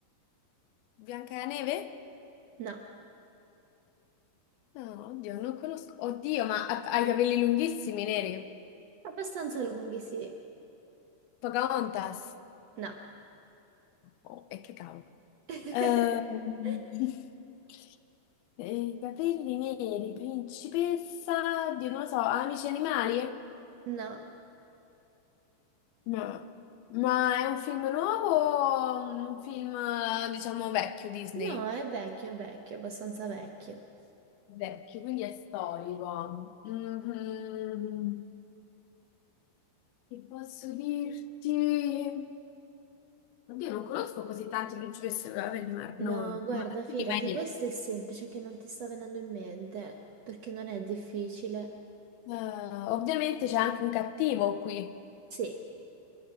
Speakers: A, on the left; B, on the right.
A: Biancaneve?
B: no.
A: No, oddio, non conosco. Oddio, ma ha, ha i capelli lunghissimi, neri.
B: Abbastanza lunghi, sì,
A: Pocahontas.
B: no.
A: Oh, e che cavolo.
B: <laughs>
A: Ehm, <laughs> eh, I capelli neri, principessa, oddio, non lo so, Amici animali?
B: No,
A: No. Ma è un film nuovo o un film, eh, diciamo, vecchio Disney?
B: no, è vecchio, è vecchio, abbastanza vecchio.
A: Vecchio, quindi è storico. Mhm. Che posso dirti? Oddio, non conosco così tante principesse Gravenor,
B: No,
A: no.
B: guarda,
A: Ma
B: fidati,
A: prima hai detto-
B: questo è semplice che non ti sta venendo in mente, perché non è difficile.
A: Eh, ovviamente c'è anche un cattivo qui.
B: Sì,